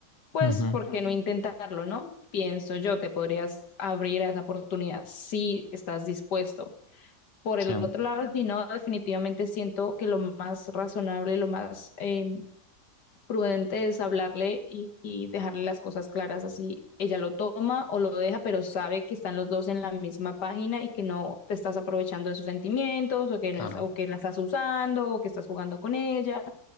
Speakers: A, on the left (about 85°); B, on the left (about 30°).
A: pues,
B: ujú,
A: ¿por qué no Ujú. intentarlo, no? Pienso yo, te podrías abrir a esa oportunidad si estás dispuesto. Por
B: sí,
A: el otro lado, si no, definitivamente siento que lo más razonable, lo más eh, prudente es hablarle y, y dejarle las cosas claras así. Ella lo toma o lo deja, pero sabe que están los dos en la misma página y que no te estás aprovechando de sus sentimientos o que,
B: claro.
A: no es- o que la estás usando o que estás jugando con ella,